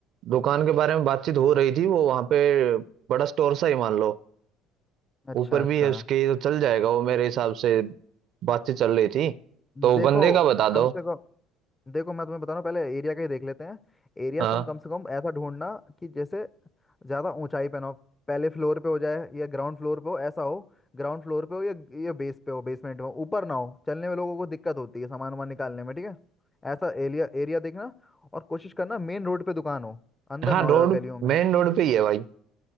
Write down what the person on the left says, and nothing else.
अच्छा
अच्छा
देखो
कम से कम देखो मैं तुम्हें बता रहा हूँ पहले एरिया का ही देख लेते हैं एरिया
तुम कम से कम ऐसा ढूंढना कि जैसे ज्यादा ऊंचाई पे ना हो पहले फ्लोर पे हो जाए या ग्राउंड फ्लोर पे हो ऐसा हो ग्राउंड फ्लोर पे हो या या बेस पे हो बेसमेंट में हो ऊपर ना हो चलने में लोगों को दिक्कत होती है सामान वामान निकालने में ठीक है ऐसा एरिया एरिया देखना और कोशिश करना मेन रोड पे दुकान हो अंदर
ना हो
ज्यादा गलियों में